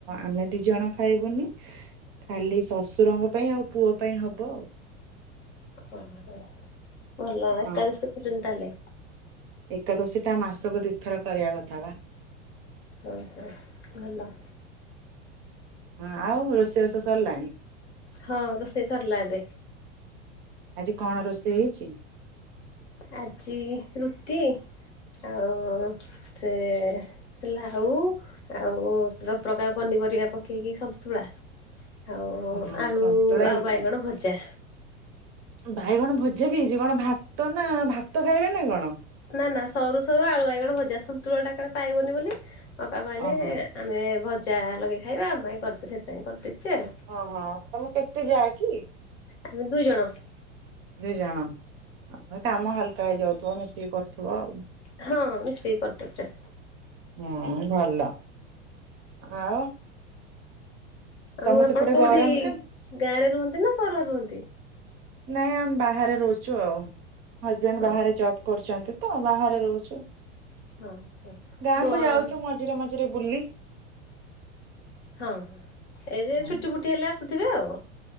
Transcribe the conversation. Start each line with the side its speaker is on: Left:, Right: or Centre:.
Right: ଆମେ ଦି ଜଣ ଖାଇବୁନି। ଖାଲି ଶଶୁରଙ୍କ ପାଇଁ ଆଉ ପୁଅ ପାଇଁ ହବ ଆଉ।
Left: ଓ ଭଲ। ଏକାଦଶୀ
Right: ହଁ।
Left: କରୁଛନ୍ତି ତାହେଲେ?
Right: ଏକାଦଶୀ ଟା ମାସକୁ ଦିଥର କରିବା କଥା ବା।
Left: ଓ ହୋ ଭଲ।
Right: ହଁ ଆଉ ରୋଷେଇ ବାସ ସରିଲାଣି?
Left: ହଁ, ରୋଷେଇ ସାରିଲା ଏବେ।
Right: ଆଜି କଣ ରୋଷେଇ ହେଇଛି?
Left: ଆଜି ରୁଟି ଆଉ ସେ ହେଲା ହୋଉ ଆଉ ସବୁ ପ୍ରକାର ପନିପରିବା ପକେଇକି ସନ୍ତୁଳା। ଆଉ
Right: ହଁ
Left: ଆଳୁ
Right: ସନ୍ତୁଳା
Left: ଆଉ
Right: ହେଇ
Left: ବାଇଗଣ
Right: ଛି
Left: ଭଜା।
Right: ବାଇଗଣ ଭଜା ବି ହେଇଛି। କଣ ଭାତ ନା, ଭାତ ଖାଇବେ ନା କଣ?
Left: ନା ନା ସରୁ ସରୁ ଆଳୁ ବାଇଗଣ ଭଜା। ସନ୍ତୁଳା ଟା କାଳେ ପାଇବନି ବୋଲି ଅପା କହିଲେ
Right: ଓହୋ।
Left: ଆମେ ଭଜା ଲଗେଇ ଖାଇବା ଆମ ପାଇଁ କରିଦେ। ସେଥିପାଇଁ କରିଦେଇଛି ଆଉ।
Right: ଓହୋ ତମେ କେତେ ଯା କି?
Left: ଆମେ ଦୁଇ ଜଣ
Right: ଦୁଇ ଜଣ ଆଉ କାମ ହାଲକା ହେଇଯାଉଥିବ ମିଶିକି କରୁଥିବ ଆଉ।
Left: ହଁ ମିଶିକି କରିଦେଉଚୁ।
Right: ହୁଁ ଭଲ। ଆଉ
Left: ଆଉ
Right: ତମ
Left: ଆପଣ
Right: ସେପଟେ
Left: କୋଉଠି
Right: ଗରମ କେ
Left: ଗାଁରେ ରୁହନ୍ତି ନା ସହରରେ ରୁହନ୍ତି?
Right: ନାଇଁ ଆମେ ବାହାରେ ରହୁଛୁ ଆଉ। ହଜବେଣ୍ଡ
Left: ହଁ
Right: ବାହାରେ ଜବ୍ କରୁଛନ୍ତି ତ ବାହାରେ ରହୁଛୁ।
Left: ହଁ ହଁ
Right: ଗାଁ
Left: ଗରମ
Right: କୁ ଯାଉଛୁ ମ ମଝିରେ ମଝିରେ ବୁଲି।
Left: ହଁ, ଏଇ ଯେ
Right: ହୁଁ।
Left: ଛୁଟି ଫୁଟି ହେଲେ ଆସୁଥିବେ ଆଉ।